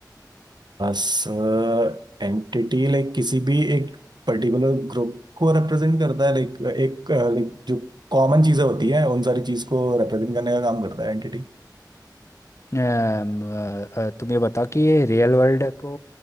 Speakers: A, on the right; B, on the left.
A: Sir entity like किसी भी एक पर्टिकुलर ग्रुप को रिप्रेजेंट करता है लाइक एक लाइक जो कॉमन चीज़ें होती हैं उन सारी चीज़ को रिप्रेजेंट करने का काम करता है एंटिटी
B: अम, अ, अ, तुम ये बताओ कि ये रियल वर्ल्ड को